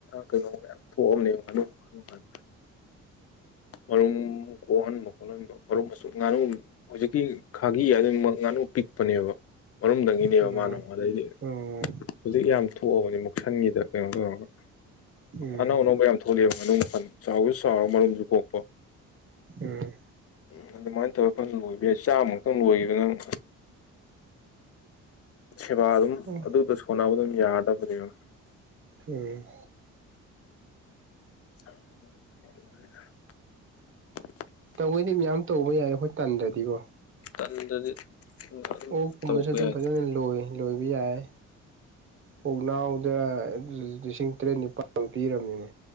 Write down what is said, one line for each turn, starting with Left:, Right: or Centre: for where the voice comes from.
Left: ꯀꯩꯅꯣ ꯌꯥꯝ ꯊꯣꯛꯑꯝꯅꯦ ꯉꯥꯅꯨ ꯈꯨ ꯀꯥꯟꯗ ꯃꯔꯨꯝ ꯀꯣꯍꯟꯕ ꯀꯣꯜꯍꯟꯕ ꯃꯔꯆ ꯉꯅꯨ ꯍꯧꯖꯤꯛꯀꯤ ꯈꯥꯒꯤ ꯍꯥꯏ ꯑꯗꯨ ꯉꯥꯅꯨ ꯄꯤꯛꯄꯅꯦꯕ ꯃꯔꯨꯝꯪꯗꯒꯤꯅꯦꯕ
Right: ꯎꯝ
Left: ꯃꯥꯅꯣꯟꯗꯩꯗꯤ
Right: ꯎꯝ
Left: ꯍꯧꯖꯤꯛ ꯌꯥꯝ ꯊꯣꯛꯑꯕꯅꯤ ꯃꯨꯛꯁꯟꯒꯤꯗ ꯀꯩꯅꯣ ꯇꯧꯔꯒ
Right: ꯎꯝ
Left: ꯑꯅꯧ ꯑꯅꯧꯕ ꯌꯥꯝ ꯊꯣꯛꯂꯛꯑꯕ ꯃꯅꯨꯡꯜ ꯆꯥꯎꯕꯁꯨ ꯆꯥꯎꯔ ꯃꯔꯨꯝꯁꯨ ꯀꯣꯛꯄ
Right: ꯎꯝ
Left: ꯎꯝ ꯑꯗꯨꯃꯥꯏꯅ ꯊꯧꯔꯒ ꯐꯅ ꯂꯣꯏꯕ ꯌꯥꯏ ꯆꯥꯝꯃꯨꯛꯇꯪ ꯂꯣꯏꯈꯤꯕ ꯅꯪ ꯁꯦꯕꯥ ꯑꯗꯨꯝ
Right: ꯎꯝ
Left: ꯑꯗꯨꯗ ꯁꯣꯟꯅꯕ ꯑꯗꯨꯝ ꯌꯥꯗꯕꯅꯦꯕ
Right: ꯎꯝ
Left: <unintelligible>
Right: ꯇꯧꯕꯩꯗꯤ ꯃꯌꯥꯝ ꯇꯧꯕ ꯌꯥꯔꯦ ꯑꯩꯣꯏ ꯇꯟꯗ꯭ꯔꯗꯤꯀꯣ
Left: ꯇꯟꯗꯗꯤ ꯑꯗꯨꯝ
Right: ꯑꯣꯛꯀꯨꯝꯕꯁꯨ
Left: ꯇꯧꯕ
Right: ꯑꯗꯨꯝ
Left: ꯌꯥꯏꯗ
Right: ꯐꯖꯅ ꯂꯣꯏ ꯂꯣꯏꯕ ꯌꯥꯏ ꯄꯣꯛꯅꯥꯎꯗ ꯂꯤꯁꯤꯡ ꯇꯔꯦꯠ ꯅꯤꯄꯥꯜ ꯄꯤꯔꯕꯅꯤꯅꯦ